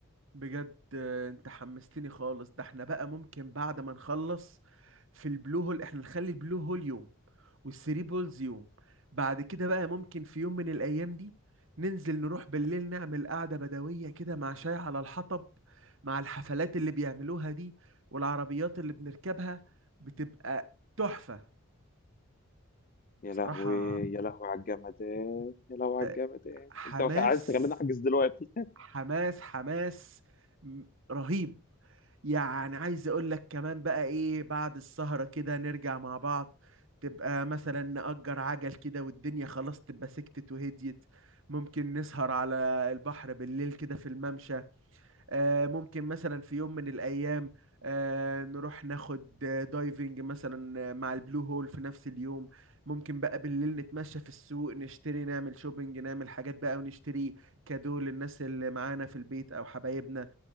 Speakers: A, on the right; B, on the left.
A: بجد آه، انت حمستني خالص ده احنا بقى ممكن بعد ما نخلص في البلو هول احنا نخلي البلو هول يوم والثري بولز يوم بعد كده بقى ممكن في يوم من الايام دي ننزل نروح بالليل نعمل قعدة بدوية كده مع شاي على الحطب مع الحفلات اللي بيعملوها دي والعربيات اللي بنركبها بتبقى تحفة
B: يا
A: بصراحة
B: لهوي يا لهوي على الجمدان يا لهوي على
A: آه،
B: الجمدان
A: حماس
B: انت مش عايز تخليني احجز دلوقتي
A: حماس حماس م- رهيب يعني عايز اقول لك كمان بقى ايه بعد السهرة كده نرجع مع بعض تبقى مثلا نأجر عجل كده والدنيا خلاص تبقى سكتت وهديت ممكن نسهر على البحر بالليل كده في الممشى آه، ممكن مثلا في يوم من الأيام آه، نروح ناخد آه، دايفنج مثلا آه، مع البلو هول في نفس اليوم ممكن بقى بالليل نتمشى في السوق نشتري نعمل شوبينج نعمل حاجات بقى ونشتري كادو للناس اللي معانا في البيت أو حبايبنا